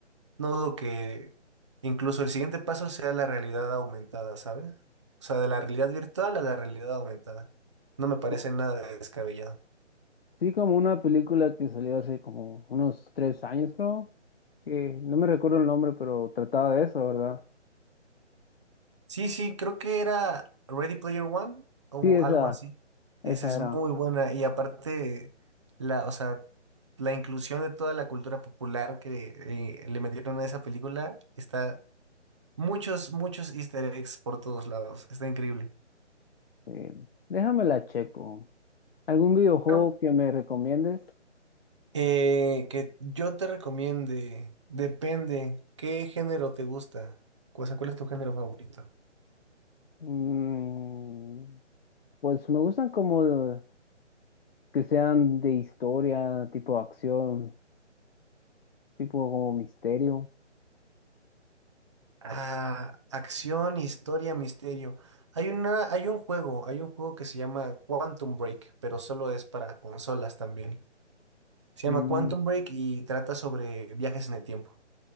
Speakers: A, on the right; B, on the left.
A: No dudo que incluso el siguiente paso sea la realidad aumentada, ¿sabes? O sea, de la realidad virtual a la realidad aumentada. No me parece
B: Co-
A: nada descabellado.
B: Sí, como una película que salió hace como unos tres años, creo. Que no me recuerdo el nombre, pero trataba de eso, ¿verdad?
A: Sí, sí, creo que era Ready Player One o
B: Sí, esa,
A: algo así. Esa
B: esa
A: es
B: era.
A: muy buena y aparte la, o sea, la inclusión de toda la cultura popular que eh, le metieron a esa película está muchos, muchos easter eggs por todos lados. Está increíble.
B: Eh, déjame la checo. ¿Algún videojuego
A: Claro.
B: que me recomiendes?
A: Eh, que yo te recomiende, depende, ¿qué género te gusta? O sea, ¿cuál es tu género favorito?
B: Mm, pues me gustan como de- que sean de historia, tipo acción, tipo como misterio.
A: Ah, acción, historia, misterio. Hay una, hay un juego, hay un juego que se llama Quantum Break, pero solo es para consolas también. Se
B: Mm,
A: llama Quantum Break y trata sobre viajes en el tiempo.